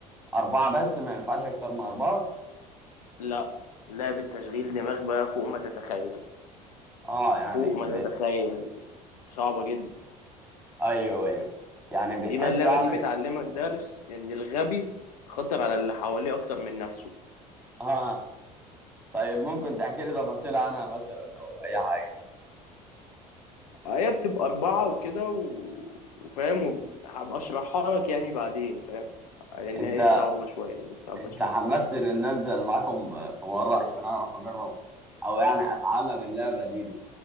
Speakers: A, in the centre; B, on the left.
A: اربعه بس ما ينفعش اكتر من اربعه
B: لا لعبة تشغيل دماغ بقى فوق ما تتخيل
A: اه يعني
B: فوق ما
A: بت...
B: تتخيل صعبة جدا
A: ايوه ايوه يعني بتحس
B: دي بقى اللعبة
A: يعني
B: دي بتعلمك درس إن الغبي خطر على اللي حواليه أكتر من نفسه
A: اه طيب ممكن تحكي لي تفاصيل عنها مثلا او اي حاجه
B: هي بتبقى أربعة وكده و... وفاهم وهبقى أشرحها لك يعني بعدين فاهم لأن
A: انت
B: هي صعبة شوية بس هبقى
A: انت
B: أشرحها
A: حمسني
B: لك
A: ان انزل معاكم في مره عشان اعرف اجرب او يعني اتعلم اللعبه دي دي